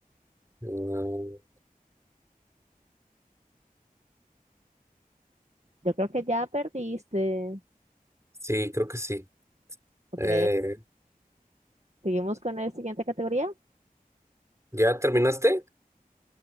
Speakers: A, on the right (about 20°); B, on the right (about 50°).
A: Mm,
B: Yo creo que ya perdiste.
A: sí, creo que sí.
B: Ok,
A: Eh,
B: seguimos con la siguiente categoría.
A: ¿ya terminaste?